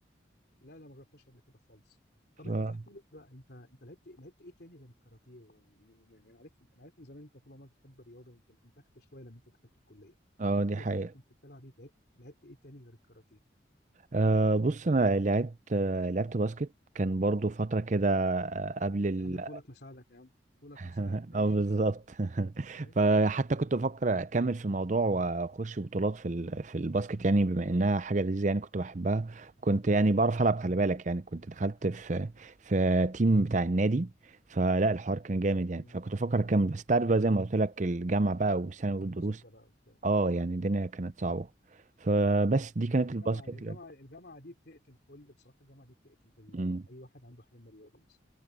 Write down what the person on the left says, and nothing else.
لا لا ما جربتهاش قبل كده خالص طب
انت احكي لي بقى انت انت لعبت لعبت ايه تاني غير الكاراتيه و... يعني انا عارف انا عارف من زمان انت طول عمرك بتحب الرياضه يمكن انتخت شويه لما انت دخلت الكليه
لكن
قبل كده كنت بتلعب ايه لعبت لعبت ايه تاني غير الكاراتيه
يا عم طولك مساعدك يا عم طولك
مساعدك ماشي
عايش
اه
مم.
مذاكره بقى وبتاع
ما
هي الجامعه
الجامعه الجامعه دي بتقتل كل بصراحه الجامعه دي بتقتل في ال-
اي واحد عنده حلم رياضي مثلا